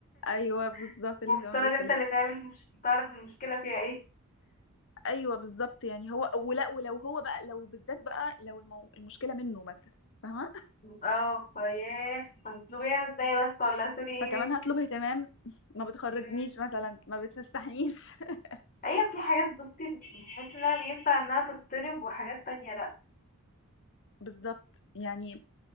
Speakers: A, on the left; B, on the left.
A: ايوه بالظبط
B: <laughs>
A: الاهتمام
B: مفترض
A: ما بيطلبش
B: انت اللي تعمل مش تعرف المشكله فيها ايه
A: ايوه بالظبط يعني هو ولا ولو هو بقى لو بالذات بقى لو المو... المشكلة منه مثلا فاهمة
B: اه فياه هتطلبيها ازاي بس ولا سوري ايه
A: فكمان هطلب اهتمام <laughs> ما بتخرجنيش
B: مم.
A: مثلا ما بتفسحنيش <laughs>
B: ايوه في حاجات بصي بتحس انها بينفع انها تتطلب وحاجات تانية لأ
A: بالظبط يعني